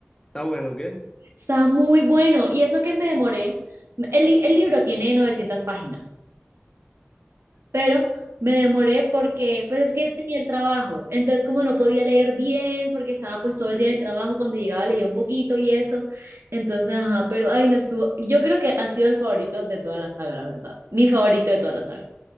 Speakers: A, on the left; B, on the right.
A: ¿Está bueno, o qué?
B: Está muy bueno y eso que me demoré, el, li- el libro tiene 900 páginas pero me demoré porque pues es que tenía el trabajo, entonces como no podía leer bien porque estaba pues todo el día en el trabajo, cuando llegaba leía un poquito y eso, entonces ajá, pero ay no estuvo, yo creo que ha sido el favorito de toda la saga, la verdad, mi favorito de toda la saga.